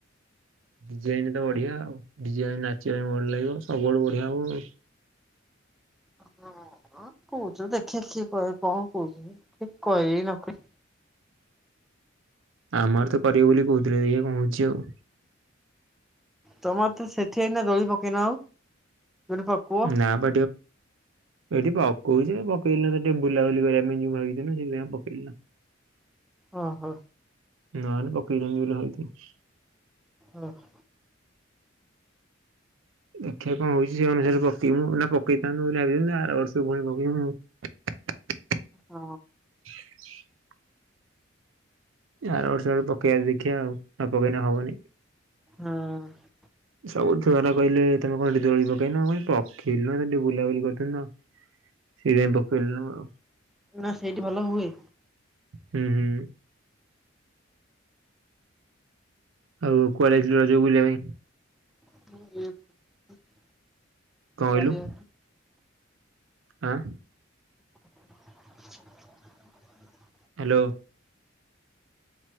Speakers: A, on the right; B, in the centre.
A: ଡ଼ି ଜେ ଆଇନେ ତ ବଢିଆ ଆଉ। ଡ଼ି ଜେ ଆଇଲେ ନାଚିବା ପାଇଁ ମୁଡ଼୍ ଲାଗିବ ସବୁଆଡ଼ୁ ବଢ଼ିଆ ହବ ଆଉ।
B: <unintelligible> କୋଉଚୁ ଦେଖିଆ କିଏ କହିବ କଣ କୋଉଚୁନ୍ତି କଇବେ କି ନ କଇବେ।
A: ଆମ ଆଡ଼େ ତ କରିବେ ବୋଲି କୋହୁଥିଲେ ଦେଖିଆ କଣ ହୋଉଚି ଆଉ।
B: ତମ ଆଡ଼େ ତ ସେଠି ଏଇନା ଦୋଳି ପକେଇନ ଆଉ। ଦୋଳି ପକୁଅ
A: ନା <unintelligible> ଏଠିପା ଅ କହୁଚି ଯେ ପକେଇଲିନି ତ ଟିକେ ବୁଲାବୁଲି କରିବା ପାଇଁ ଯିବି ଭାବିଥିଲି ନା ସେଇଥିପାଇଁ ଆଉ ପକେଇଲିନି।
B: ଅ ହୋ
A: ନହେନେ ପକେଇବିନି ବୋଲି ଭାବିଥିଲି।
B: ଓଃ
A: ଦେଖିଆ କଣ ହୋଉଚି ସେ ଅନୁସାରେ ପକେଇବୁ ନା ପକେଇଥାନ୍ତୁ ବୋଲି ଭାବିଥାନ୍ତୁ ଆର ବର୍ଷ ପୁଣି ପକେଇବୁ।
B: ଅ
A: <inaudible> ଆର ବର୍ଷ ଆଡ଼ୁକୁ ପକେଇବା ଦେଖିବା ଆଉ। ନ ପକେଇନେ ହବନି।
B: ହଁ
A: ସବୁ ଛୁଆରା କହିଲେ ତମେ କଣ ଏଠି ଦୋଳି ପକେଇନ। ମୁଁ କହିଲି ପକେଇଲୁନୁ ଟିକେ ବୁଲାବୁଲି କରୁଥିଲୁ ତ ସେଇପାଇଁ ପକେଇଲୁନୁ ଆଉ।
B: ନା ସେଇଠି ଭଲ ହୁଏ।
A: ହୁଁ ହୁଁ ଆଉ କୁଆଡ଼େ ଯାଇଥିଲୁ ରଜକୁ ବୁଲିବା ପାଇଁ।
B: <unintelligible> <unintelligible>
A: କଣ କହିଲୁ ଆଁ
B: <inaudible>
A: ହାଲୋ